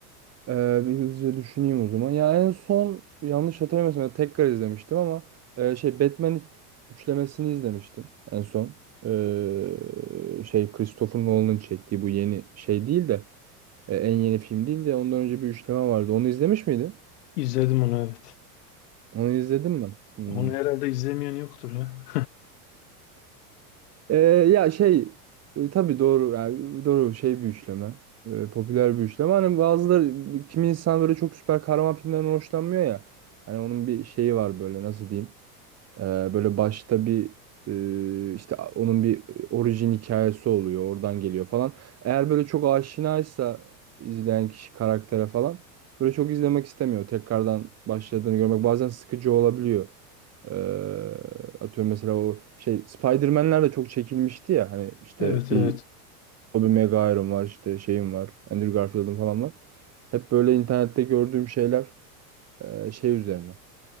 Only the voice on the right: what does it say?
Ee, bir hızlıca düşüneyim o zaman. Ya en son yanlış hatırlamıyorsam ya tekrar izlemiştim ama e, şey Batman üçlemesini izlemiştim en son. Ee, şey Christopher Nolan'ın çektiği bu yeni şey değil de e, en yeni film değil de ondan önce bir üçleme vardı. Onu izlemiş miydin?
Onu izledim mi? Hmm.
Ee, ya şey e, tabii doğru yani doğru şey bir üçleme. Ee, popüler bir üçleme. Hani bazıları kimi insan böyle çok süper kahraman filmlerinden hoşlanmıyor ya. Hani onun bir şeyi var böyle nasıl diyeyim? Ee, böyle başta bir e, işte onun bir orijin hikayesi oluyor. Oradan geliyor falan. Eğer böyle çok aşinaysa izleyen kişi karaktere falan böyle çok izlemek istemiyor. Tekrardan başladığını görmek bazen sıkıcı olabiliyor. Ee, atıyorum mesela o şey Spider-Man'ler de çok çekilmişti ya hani işte
bir Tobey Maguire'ım var işte şeyim var Andrew Garfield'ım falan var. Hep böyle internette gördüğüm şeyler e, şey üzerine.